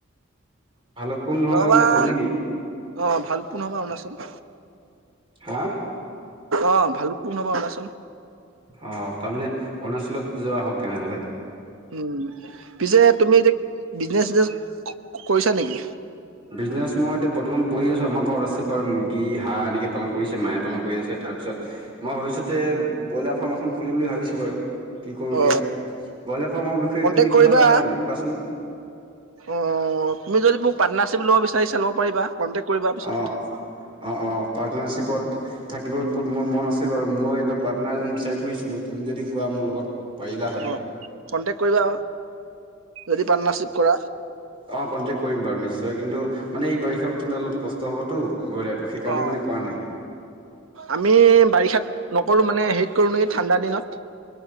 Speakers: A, on the right; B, on the right.
A: ভালুকপুং নহ'লে
B: নহবা
A: অৰুণাচল নেকি
B: অ ভালুকপুং নহ'বা অৰুণাচল
A: হা
B: অ ভালুকপুং নহবা অৰুণাচল
A: অ তাৰমানে অৰুণাচলত যোৱা হওক তেনেহ'লে
B: উম পিছে তুমি এতিয়া বিজনেছ চিজনেছ ক কৰিছা নেকি
A: বিজনেছ মই এতিয়া বৰ্তমান পঢ়ি আছো আমাৰ ঘৰত আছে বাৰু মুৰ্গী হাঁহ এনেকে পালন কৰিছে মায়ে পালন কৰি আছে তাৰপিছত মই ভৱিষ্যতে ব্ৰইলাৰ ফাৰ্ম এখন খুলিম বুলি ভাবিছো বাৰু কি কৰো এতিয়া
B: অ
A: ব্ৰইলাৰ ফাৰ্মৰ বিষয়ে
B: কন্টেক
A: তুমি
B: কৰিবা
A: কিবা জানা নেকি কোৱাচোন
B: অ অ অ' তুমি যদি মোক পাৰ্টনাৰচিপ ল'ব বিচাৰিছা ল'ব পাৰিবা, কন্টেক্ট কৰিবা পিছত।
A: অ অ' অ' পাৰ্টনাৰশ্বিপত থাকিবটো
B: অ
A: মোৰ মন আছে। বাৰু মও এজন পাৰ্টনাৰ এজন বিচাৰি ফুৰিছিলো। তুমি যদি পুৱা মোৰ লগত, পাৰিলা হয়।
B: অ কন্টেক কৰিবা যদি পাৰ্টনাৰশ্বিপ কৰা
A: অঁ কণ্টেক্ট কৰিম বাৰু নিশ্চয় কিন্তু মানে এই বাৰিষা বতৰত অলপ কষ্ট হ'বতো। ব্ৰইলা টো সেইকাৰণে
B: অ
A: মানে কৰা নাই।
B: আমি বাৰিষাত নকৰো মানে হেৰিত কৰো নেকি ঠাণ্ডাৰ দিনত।